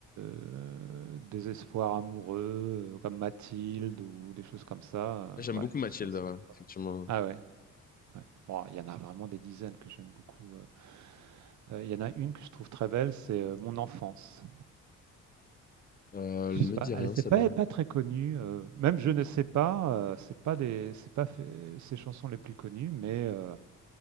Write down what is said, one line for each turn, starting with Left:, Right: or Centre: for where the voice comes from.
Right: euh, désespoir amoureux, euh, comme Mathilde ou des choses comme ça.
Left: J'aime
Right: euh, ouais,
Left: beaucoup Mathilde,
Right: ça,
Left: ouais, effectivement.
Right: Ah ouais, ouais. Bon, il y en a vraiment des dizaines que j'aime beaucoup. euh. Euh, il y en a une que je trouve très belle, c'est euh, Mon enfance.
Left: Euh,
Right: Je
Left: elle me
Right: sais pas,
Left: dit
Right: elle
Left: rien,
Right: c'est
Left: celle-là.
Right: pas, pas très connue. euh, même je ne sais pas, euh, c'est pas les, c'est pas fait- ses chansons les plus connues, mais, euh,